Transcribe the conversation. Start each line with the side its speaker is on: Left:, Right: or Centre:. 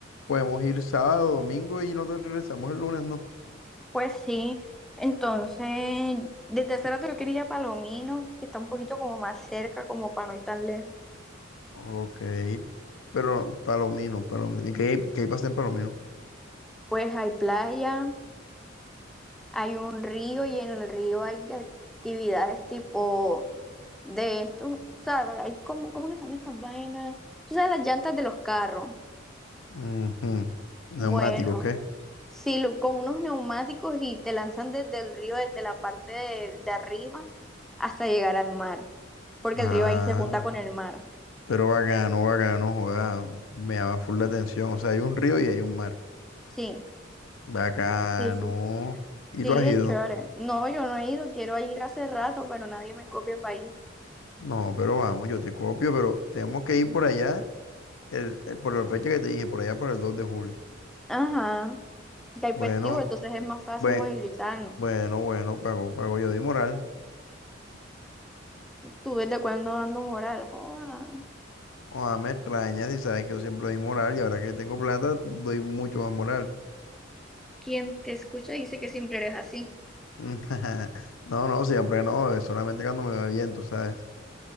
Left: podemos ir sábado, domingo y nosotros regresamos el lunes, ¿no?
Centre: Pues sí. Entonces, desde hace rato yo quería ir a Palomino, que está un poquito como más cerca, como para no ir tan lejos.
Left: Ok, pero Palomino, Palomino. ¿Y qué, hay- qué hay para hacer en Palomino?
Centre: Pues hay playa, hay un río y en el río hay actividades tipo de esto, o sea, hay como, ¿cómo que se llaman estas vainas? Tú sabes, las llantas de los carros.
Left: Ujú. Neumáticos,
Centre: Bueno,
Left: ¿qué?
Centre: sí, lo- con unos neumáticos y te lanzan desde el río, desde la parte de, de arriba hasta llegar al mar, porque
Left: Ah,
Centre: el río ahí se junta con el mar.
Left: pero bacano, bacano, joda, me llama full la atención. O sea, hay un río y hay un mar.
Centre: Sí,
Left: Bacano.
Centre: sí, sí.
Left: ¿Y
Centre: Sí,
Left: tú has
Centre: es
Left: ido?
Centre: chévere. No, yo no he ido, quiero ir hace rato, pero nadie me copia para ir.
Left: No, pero vamos, yo te copio, pero tenemos que ir por allá, el, eh, por la fecha que te dije, por allá por el 2 de julio.
Centre: Ajá. Ya hay
Left: Bueno,
Centre: festivo, entonces es más fácil
Left: bueno,
Centre: movilizarnos.
Left: bueno, bueno, pago, pago, yo di moral.
Centre: ¿Tú desde cuándo dando moral? Joda.
Left: Ojalá me extrañas y sabes que yo siempre doy moral y ahora que tengo plata doy mucho más moral.
Centre: Quien te escucha dice que siempre eres así.
Left: <laughs> No, no, siempre no, es solamente cuando me va bien, tú sabes.